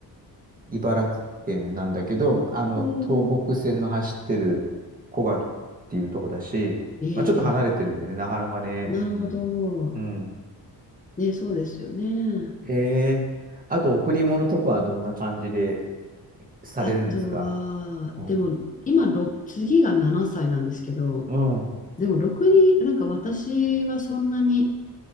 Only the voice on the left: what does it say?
こ
う、ええ、
なるほど。
ね、そうですよね。
あとは、
でも、今、ろく次が7歳なんですけど、
でも、ろくに、なんか私はそんなに、